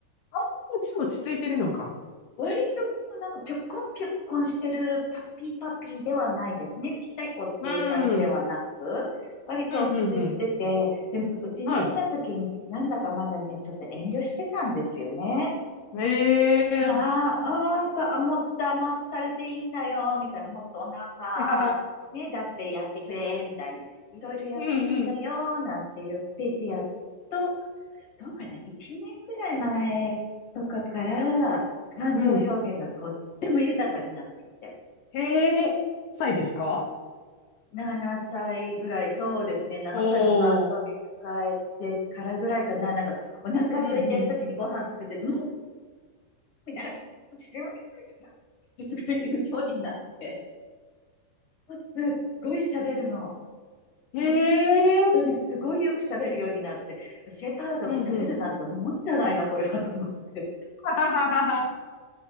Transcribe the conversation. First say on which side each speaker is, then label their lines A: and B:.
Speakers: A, on the left; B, on the left.
A: あんなちも落ち着いてるのか。
B: 割ともうなんかぴょこんぴょこんしてるパピーパピーではないですね。ちっちゃい子っていう感じではなく、
A: うん。
B: 割と落ち着いてて、
A: うん、うん、うん。
B: でもうちに来た時になんだかまだね、
A: はい。
B: ちょっと遠慮してたんですよね。
A: ええー
B: なあ、あなんか、あもっと甘ったれていいんだよ、みたいな、もっとお腹、
A: <laughs>
B: ね、出してやってくれ、みたいに、いろいろやっていいんだよ、
A: うん、うん、
B: なんて言っていて、やっとどうかな、1年ぐらい前とかから、感情表現がとっても豊かになってきて、
A: うん。へえ、臭いですか
B: 7歳ぐらい、そうですね、7歳のお誕生日迎えてからぐらいかな、
A: おー。
B: なんか、お腹空いてる時にご飯作ってて、
A: うん、うん。
B: もうみたいな、<laughs> すごい言うようになって、もうすっごい喋るの。
A: へえ、
B: 本当にすごいよく喋るようになって、シェパードが喋るなんてもんじゃないな、
A: うん、うん。
B: これはと思って。
A: <laughs> はははは